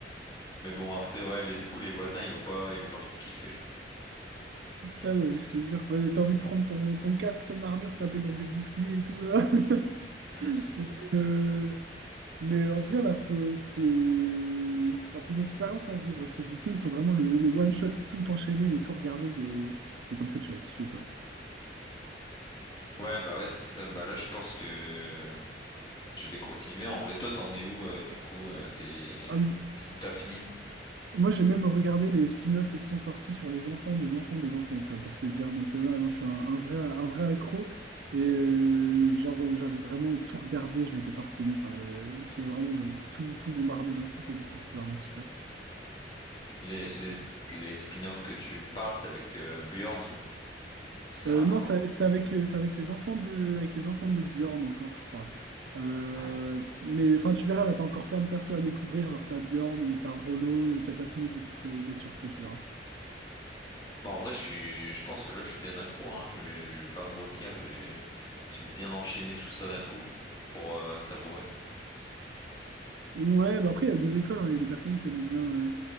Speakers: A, on the left (about 25°); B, on the right (about 70°).
A: Mais bon, après, ouais, les... du coup, les voisins, ils vont pas, ils vont pas trop kiffer, je crois.
B: Ah non, mais je te jure, bah, t'as envie de prendre ton, ton casque, ton armure, taper dans des boucliers et tout, là. <laughs>
A: Hmm.
B: Mais, euh, mais, euh, en tout cas, bah, faut- c'est enfin, c'est une expérience à vivre. Je trouve Viking, faut vraiment le, le one-shot, tout enchaîner et tout regarder. Et, et comme ça, tu vas kiffer, quoi.
A: Ouais, bah ouais, c'est ça. Bah là, je pense que je vais continuer. En vrai, toi, t'en es où, euh, du coup, euh, des...
B: Hum,
A: t- T'as fini?
B: Moi, j'ai même regardé les spin-offs qui sont sortis sur les enfants des enfants des enfants, tu vois, pour te dire. Donc, euh, ah non, je suis un, un vrai, un vrai accro. Et euh, genre, euh, j'avais vraiment tout regardé, je m'étais pas retenu. Enfin, j'avais- j'ai vraiment euh, tout, tout bombardé d'un coup, quoi, parce que c'était vraiment super.
A: Les, les, les spin-offs que tu me parles, c'est avec euh, Bjorn. C'est
B: Euh,
A: rien
B: non,
A: à voir.
B: ça- c'est avec, euh, c'est avec les enfants de, avec les enfants de Bjorn encore, je crois. Euh,
A: Ah oui.
B: mais enfin, tu verras, là, t'as encore plein de persos à découvrir. Genre, t'as Bjorn, euh, t'as Rollo, euh, t'as pas fini d'être euh, d'être surpris, tu verras.
A: Bah, en vrai, je suis, je pense que là, je suis bien accro, hein. Je vais, je vais pas me retenir. Je vais, je vais bien enchaîner tout ça d'un coup pour euh, savourer.
B: Ouais, bah après, il y a deux écoles. hein. Il y a des personnes qui aiment bien. euh,